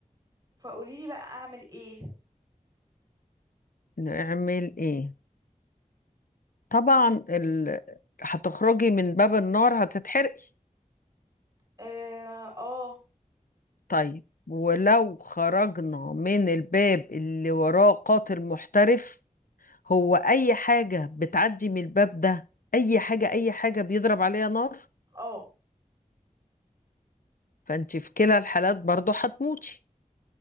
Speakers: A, on the right; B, on the left.
A: فقوليلي بقى أعمل إيه
B: نعمل ايه طبعا ال... هتخرجي من باب النار هتتحرقي
A: آه, آه
B: طيب ولو خرجنا من الباب اللي وراه قاتل محترف هو اي حاجة بتعدي من الباب ده اي حاجة اي حاجة بيضرب عليها نار
A: اه
B: فانت في كلا الحالات برضو هتموتي